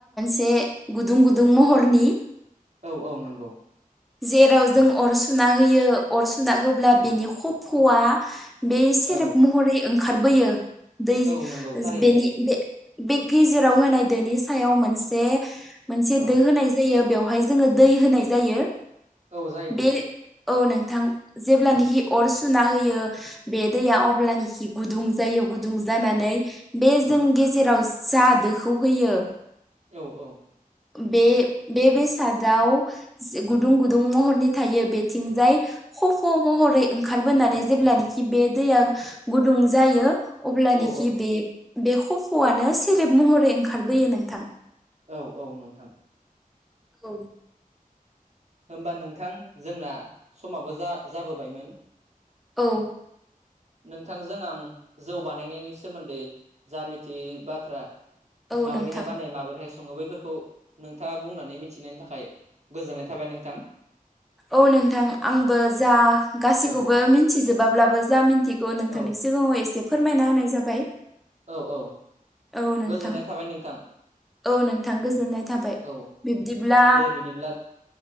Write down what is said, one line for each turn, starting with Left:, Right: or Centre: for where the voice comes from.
Centre: एसे गुदुं गुदुं महरनि
Right: औ औ नंगौ
Centre: जेराव जों अर सुना होयो अर सुना होब्ला बिनि खफ'आ बे सेरेब
Right: औ
Centre: महरै ओंखारबोयो दै
Right: औ नंगौ थारैनो
Centre: बेनि बे बे गेजेराव होनाय दोनि सायाव मोनसे मोनसे
Right: औ
Centre: दो होनाय जायो बेवहाय बेहाय जोङो दै होनाय जायो
Right: औ जायो नोंथां
Centre: बे औ नोंथां जेब्ला
Right: औ
Centre: निखि अर सुना होयो बे दैया अब्लनिखि गुदुं जायो गुदुं जानानै बे
Right: औ
Centre: जों गेजेराव जा दोखौ होयो
Right: औ औ
Centre: बे बे बेसादाव गुदुं गुदुं महरनि थायो बे थिं जाय खफ' महरै ओंखारबोनानै जेब्लानखि बे दैया गुदुं जायो अब्लानोखि
Right: औ
Centre: बे बे खफ'आनो सेरेब महरै ओंखारबोयो नोंथां
Right: औ औ नोंथां
Centre: औ
Right: होमबा नोंथां जोंना समाबो जा जाबोबायमोन
Centre: औ
Right: नोंथांजों आं जौ बानायनायनि सोमोन्दै जा मिथियै बाथ्रा
Centre: औ
Right: माबोरैहाय
Centre: नोंथां।
Right: बानायो माबोरैहाय सङो सङो बैफोरखौ नोंथाङा बुंनानै मिथिनायनि थाखाय गोजोननाय थाबाय नोंथां
Centre: औ नोंथां आंबो जा गासैखौबो
Right: औ
Centre: मिथिजोबाब्लाबो जाथि मोनथिगौ नोंथांनि
Right: औ
Centre: सिगाङाव एसे फोरमायना होनाय जाबाय
Right: औ औ
Centre: औ नोंथां
Right: गोजोननाय थाबाय नोंथां
Centre: औ नोंथां गोजोननाय थाबाय
Right: औ
Centre: बिब्दिब्ला
Right: दे बिदिब्ला